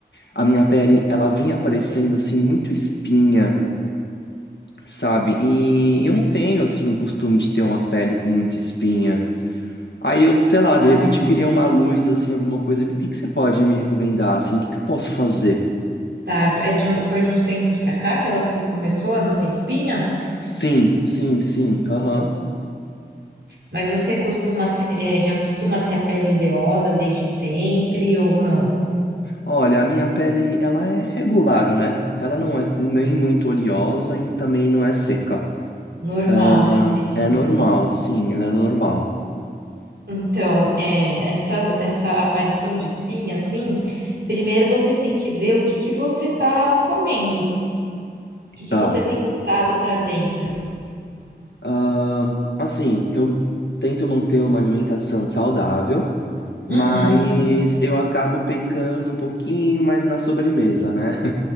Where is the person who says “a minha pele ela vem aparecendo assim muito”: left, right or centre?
Left